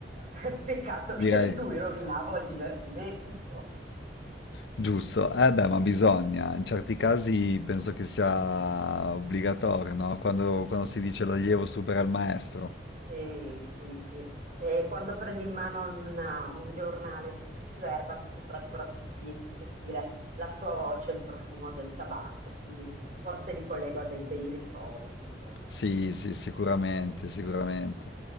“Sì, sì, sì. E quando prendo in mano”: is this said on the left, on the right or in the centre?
Right